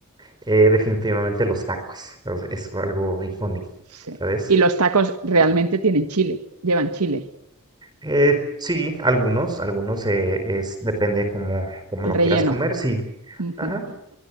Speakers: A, on the right; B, on the right.
A: eh, definitivamente los tacos los- es algo icónico,
B: Sí.
A: ¿sabes?
B: Y los tacos realmente tienen chile, llevan chile,
A: Eh, sí, algunos, algunos eh, es depende cómo, cómo
B: el
A: lo
B: relleno.
A: quieras comer, sí.
B: Uh
A: Ajá.
B: -huh.